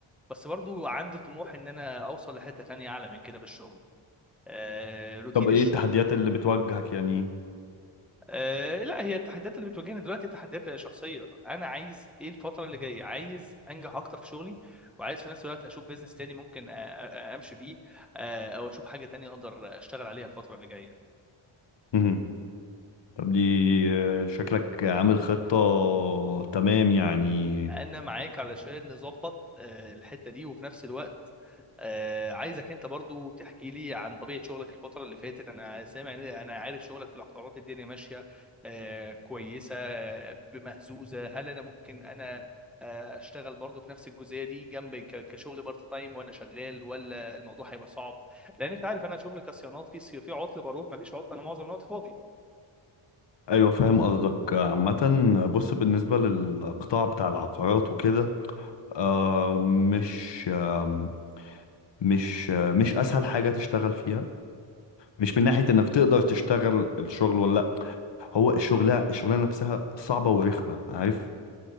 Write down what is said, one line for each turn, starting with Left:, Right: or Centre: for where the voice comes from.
Centre: بس برضو عندي طموح ان انا اوصل لحته تانية اعلى من كده في الشغل آه روتين
Left: طب ايه التحديات اللي بتواجهك يعني
Centre: آه لا هي التحديات اللي بتواجهني دلوقتي تحديات شخصيه انا عايز ايه الفتره اللي جايه عايز انجح اكتر في شغلي وعايز في نفس الوقت اشوف بيزنس تاني ممكن أ- أ- امشي فيه آه او اشوف حاجه تانية اقدر اشتغل عليها الفتره اللي جايه
Left: مهم. طب دي آه، شكلك عامل خطه تمام يعني
Centre: انا معاك علشان نظبط آه، الحته دي وفي نفس الوقت آه، عايزك انت برضو تحكي لي عن طبيعه شغلك الفتره اللي فاتت انا سامع إن- انا عارف شغلك في العقارات الدنيا ماشيه آه، كويسه آه، بمهزوزه هل انا ممكن انا آه، اشتغل برضو في نفس الجزئيه دي جنب ك- كشغل بارت تايم وانا شغال ولا الموضوع هيبقى صعب لان انت عارف انا شغلي كصيانات في صي- في عطل بروح مفيش عطل انا معظم الوقت فاضي
Left: ايوه فاهم قصدك عامه بص بالنسبه للقطاع بتاع العقارات وكده آه، مش آه، مش آه، مش اسهل حاجه تشتغل فيها مش من ناحيه انك تقدر تشتغل الشغل ولا هو الشغلة الشغلانة نفسها صعبة ورخمة عارف